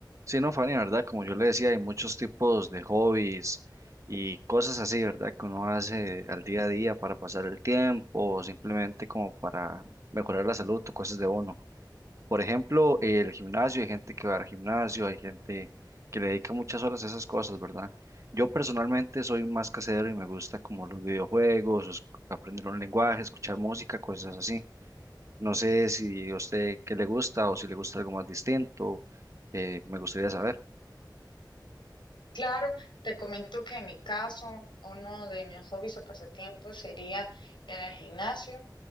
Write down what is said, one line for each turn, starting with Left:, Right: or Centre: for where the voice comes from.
Right: Sí, no, Fanny, ¿verdad? Como yo le decía, hay muchos tipos de hobbies y cosas así, ¿verdad? Que uno hace al día a día para pasar el tiempo o simplemente como para mejorar la salud o cosas de uno. Por ejemplo, el gimnasio, hay gente que va al gimnasio, hay gente que le dedica muchas horas a esas cosas, ¿verdad? Yo personalmente soy más casero y me gusta como los videojuegos, os- aprender un lenguaje, escuchar música, cosas así. No sé si a usted qué le gusta o si le gusta algo más distinto, eh, me gustaría saber.
Left: Claro, te comento que en mi caso, uno de mis hobbies o pasatiempos sería ir al gimnasio.